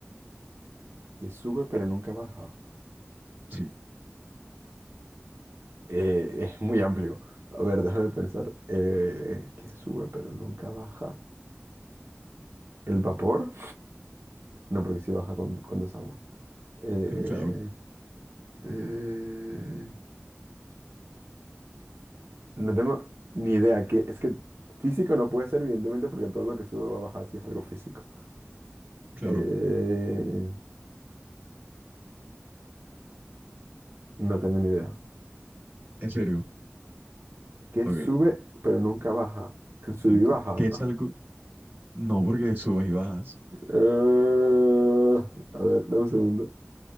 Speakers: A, on the right; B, on the right.
A: Que sube pero nunca baja.
B: Sí,
A: Eh, es muy amplio. A ver, déjame pensar. Eh, que sube pero nunca baja. ¿El vapor? No, porque sí baja con, con desagua. Eh,
B: <laughs> claro,
A: eh, no tengo ni idea. Que, es que físico no puede ser, evidentemente, porque todo lo que sube va a bajar si es algo físico.
B: claro.
A: Eh, no tengo ni idea.
B: En serio.
A: ¿Qué
B: Ok.
A: sube pero nunca baja? El sub
B: Exacto.
A: y baja.
B: Que es
A: <laughs>
B: algo. No, porque subes y bajas.
A: Eh, a ver, dame un segundo.